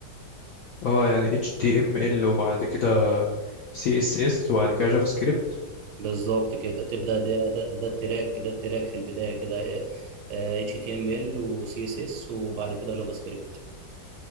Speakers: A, on the left; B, on the right.
A: اه يعني HTML وبعد كده CSS وبعد كده جافا سكريبت
B: بالظبط كده تبدا ده ده, ده التراك ده التراك في البدايه كده اتش تي ام ال وسي اس اس وبعد كده جافا سكريبت